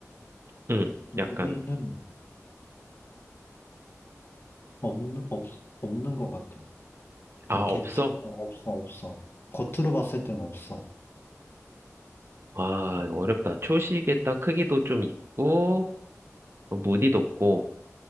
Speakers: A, on the right (about 50°); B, on the left (about 45°).
A: 응,
B: 문의는
A: 약간.
B: 없는, 없, 없는 것 같아.
A: 아,
B: 그러니까
A: 없어?
B: 개체, 어, 없어, 없어. 겉으로 봤을 땐 없어.
A: 아, 이거 어렵다. 초식에 딱 크기도 좀 있고, 어, 무늬도 없고.